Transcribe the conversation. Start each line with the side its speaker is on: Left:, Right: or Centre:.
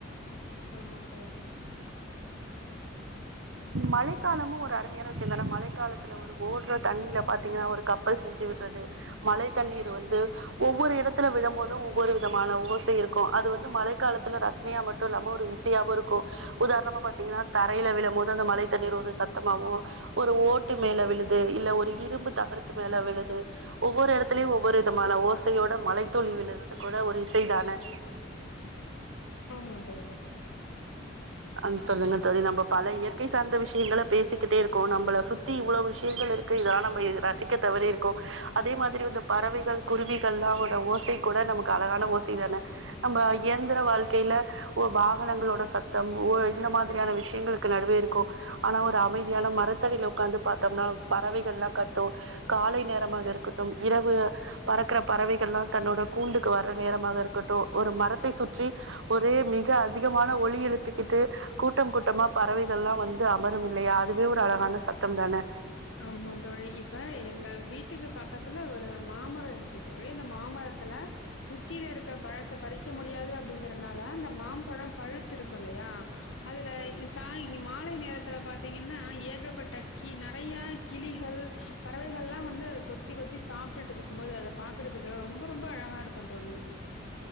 Left: ஆமா தோழி
Right: மழைக்காலமு ஒரு அருமையான விஷயந்தானா மழைக்காலத்துல ஒரு ஓடுற தண்ணீல பாத்தீங்கன்னா ஒரு கப்பல் செஞ்சு விட்றது மழை தண்ணீர் வந்து ஒவ்வொரு இடத்துல விழும்போதும் ஒவ்வொரு விதமான ஓசை இருக்கு அது வந்து மழைக்காலத்துல ரச னையா மட்டு இல்லாம ஒரு இசையாவு இருக்கு உதாரணமா பாத் தீங்கன்னா தரையில விழும்போது அந்த மழை தண்ணீர் ஒரு சத்தமாவு ஒரு ஓட்டு மேல விழுது இல்ல ஒரு இரும்பு தகரத்து மேல விழுது ஒவ்வொரு எடத்துலயு ஒவ்வொரு விதமான ஓசையோட மழைத்துளி விழுறது கூட ஒரு இசைதான
Left: ஆமா தோழி
Right: ஆ சொல்லுங்க தோழி நம்ம பல இயற்கை சார்ந்த விஷயங்கள பேசிக்கிட்டே இருக்கோ நம்பள சுத் தி இவ்ளோ விஷயங்கள் இருக்கு இதல்லா நம்ப ரசிக்க தவறிருக்கோ அதே மாதிரி இந்த பறவைகள் குருவிகள்லா ஓசை கூட நமக்கு அழகான ஓசைதான நம்ப இயந்திர வாழ்க்கையில ஒரு வா வாகனங்களோட சத்தம் ஒ இந்த மாதிரியான விஷயங்களுக்கு நடுவே இருக்கோ ஆனா ஒரு அமைதியான மரத்தடியில உக்காந்து பாத்தோம்னா பறவைகள் எல்லா கத்து காலை நேரமாக இருக்கட்டும் இரவு பறக்கறப் பறவைகள்லா தன்னோட கூண்டுக்கு வர நேரமாக இருக்கட்டு ஒரு மரத்தை சுற்றி ஒரே மிக அதிகமான ஒளி எழுப்பிக்கிட்டு கூட்டம் கூட்டமா பறவைகள்லா வந்து அமரும் இல்லையா அதுவே ஒரு அழகான சத்தம்தான
Left: ஆமா தோழி இப்ப எங்கள் வீட்டுக்கு பக்கத்துல ஒரு மாமரம் இருக்கு தோழி அந்த மாமரத்துல உச்சியில இருக்க பழத்த பறிக் க முடியாது அப்டிங்கிறதுனால அந்த மாம்பழம் பழுத்து இருக்கு இல்லயா அதுல ச மாலை நேரத்துல பாத்தீங்கன்னா ஏகப்பட்ட கீ ந றையா கிளிகள் பறவைகள்லா வந்து அத கொத்தி கொத்தி சாப்டுட்டு இருக்கும்போது அத பாக்குறதுக்கு ரொம்ப ரொம்ப அழகா இருக்கு தோழி